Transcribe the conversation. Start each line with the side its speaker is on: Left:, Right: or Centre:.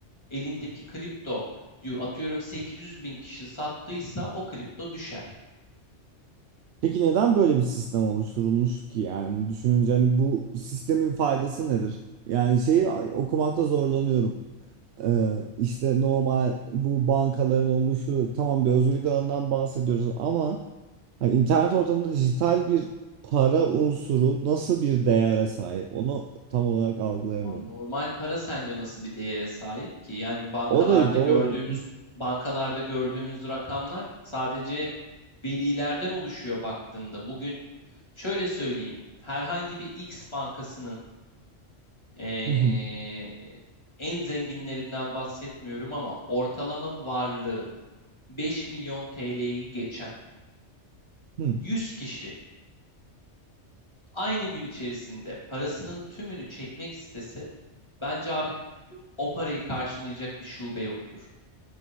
Left: elindeki kripto atıyorum 800 bin kişi sattıysa o kripto düşer.
Right: Peki neden böyle bir sistem oluşturulmuş ki? Yani düşününce hani bu sistemin faydası nedir? Yani şeyi okumakta zorlanıyorum. Ee, işte normal bu bankaların oluşu tamam bir özgürlük alanından bahsediyoruz ama hani internet ortamında dijital bir para unsuru nasıl bir değere sahip onu tam olarak algılayamıyorum.
Left: Abi normal para sence nasıl bir değere sahip ki? Yani bankalarda
Right: O da doğru.
Left: gördüğümüz bankalarda gördüğümüz rakamlar sadece verilerden oluşuyor baktığında. Bugün şöyle söyleyeyim. Herhangi bir X bankasının eee,
Right: <laughs>
Left: en zenginlerinden bahsetmiyorum ama ortalama varlığı 5 milyon TL'yi geçen
Right: Hmm,
Left: 100 kişi Aynı gün içerisinde parasının tümünü çekmek istese bence abi o parayı karşılayacak bir şube yoktur.